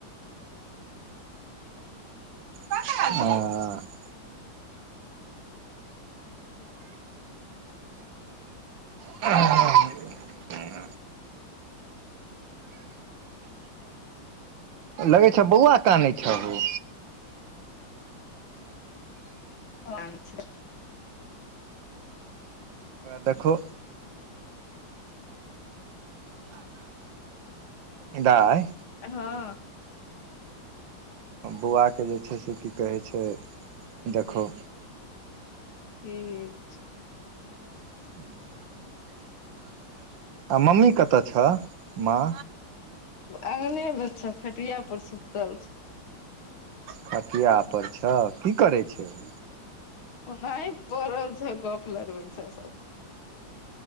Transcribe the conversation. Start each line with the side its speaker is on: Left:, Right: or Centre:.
Right: आ <unintelligible> ह <unintelligible> लगै छ बौआ कानै छ ओ
Left: ह <unintelligible>
Right: दखौ <unintelligible> दाय
Left: हँ
Right: बौआके जे छै से की कहै छै देखहो
Left: ठीक छै
Right: <unintelligible> <unintelligible> आ मम्मी कतय छह माँ
Left: अंगने मे छ फेटिया पर सुतल छ
Right: पटिया पर छ की करै छै ओ
Left: ओनाही पड़ल छ गप लड़बै छ सब